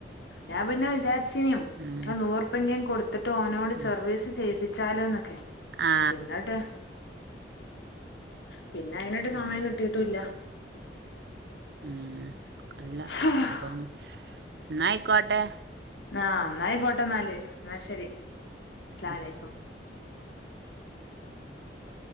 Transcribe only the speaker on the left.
ഞാൻ പിന്നെ വിചാരിച്ചീനിം
അത് നൂറുപ്യെങ്കി കൊടുത്തിട്ട് ഓനോട്
സർവീസ് ചെയ്ത് ച്ചാലോന്നൊക്കെ
പിന്നെ ങ്ട്ട് പിന്നെ അയിനൊട്ട്
സമയം കിട്ടീട്ടുല്ല.
ആഹ്
ആ ആയിക്കോട്ട ന്നാല് ന്നാ ശരി അസ്സ്ലമലൈക്കും
<inaudible>